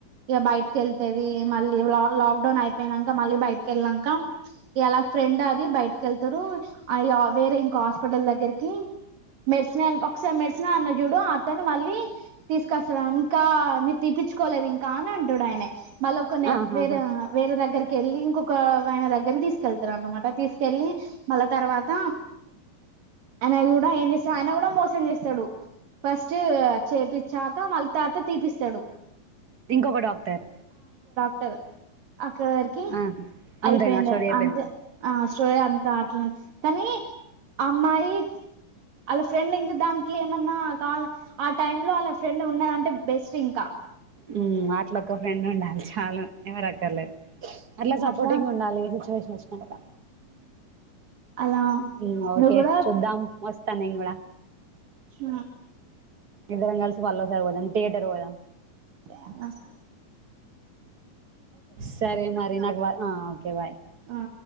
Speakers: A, on the right; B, on the right.
A: ఇగ బయటకి వెళ్తేది మళ్ళీ లాక్డౌ అయిపోయినంకా మళ్ళ బయటకి <unintelligible> ఇలా ఫ్రెండ్ అది బయటకి వెళ్తారు అ వేర ఇం హాస్పిటల్ దగ్గరికి మెడిసిన ఒకసారి మెడిసినల్ అన్న చూడు అతను మళ్ళీ తీసుకొస్తా ఇంకా మీరు తీపి కోలేదు ఇంకా అని అంటాడు ఆయన మళ్ళ
B: ఆహాహా
A: <unintelligible> కెళ్ళి ఇంకొకవైన దగ్గర తీసుకెళ్తారు అన్మాట తీసుకెళ్ళి మళ్ళా తర్వాత అయన కూడ ఏం చేస్తాడు ఆయన కూడ మోసం చేస్తాడు ఫస్ట్ చేపిచ్చాక మళ్ళీ తర్వాత తీపిస్తాడు
B: ఇంకొక డాక్టర్
A: అక్కడ వర్కి
B: ఆహా అంతేనా
A: ఐపోయింది
B: స్టోరీ అయిపోయిందా
A: అంతే స్టోయ్ అం అట్ల కనీ అమ్మాయి వాళ్ళ ఫ్రెండ్ ఇంక దాన్కి ఏమన్న నాల ఆ టైమ్లో వాళ్ళ ఫ్రెండ్ ఉన్నదంటే బెస్ట్ ఇంక
B: మ్ అట్లొక్క ఫ్రెండ్ ఉండాలె చాలు ఎవరకర్లే అట్ల సపోర్టింగ్
A: అట్లా
B: ఉండాలి సిచ్యువేషన్ ఒచ్చిన
A: అలా
B: ఉమ్ ఓకే
A: నువ్వు కూడా
B: చూద్దాం ఒస్తా నేన్ గుడా
A: ఊ
B: ఇద్దరం కల్సి మల్లోసారి పోదాం థియేటర్ పోదాం
A: అహ్
B: సరే మరి నాకు వ ఆ ఒకే బాయ్
A: ఆ